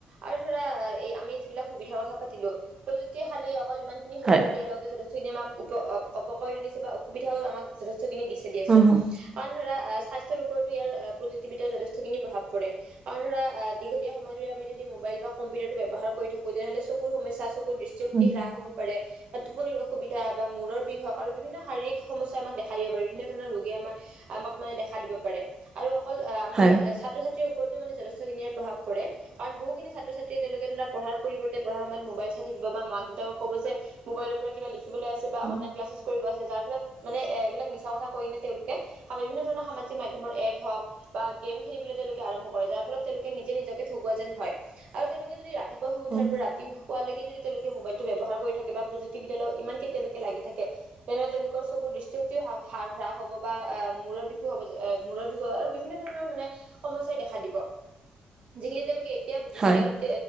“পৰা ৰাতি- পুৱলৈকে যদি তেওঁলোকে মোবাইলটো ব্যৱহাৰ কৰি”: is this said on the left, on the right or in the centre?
Right